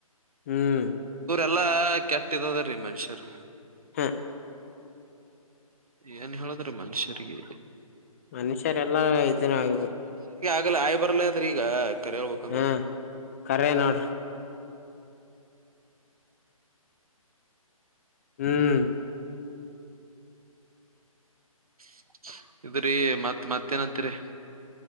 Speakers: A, on the left; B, on the right.
A: ಹ್ಮ
B: ಎಲ್ಲಾ ಕೆಟ್ಟ್ದದ ರೀ ಮನುಷ್ಯರು
A: ಹಾ
B: ಏನ್ ಹೇಳಿದ್ರೆ ಮನುಷ್ಯರಿಗೆ
A: ಮನುಷ್ಯರೆಲ್ಲ ಇದನ್ನು ಆಗದು
B: ಲ್ಲ ಆಯ್ ಬರ್ಲಾದಿ ಈಗ ಕರಿ ಹೇಳ್ಬೇಕಂದ್ರ
A: ಹ್ಮ ಕರೆ ನೋಡ್ರಿ ಹ್ಮ್
B: <inaudible> ಇದ್ರೀ ಮತ್ತ್ ಮತ್ತೇಏನತ್ರಿ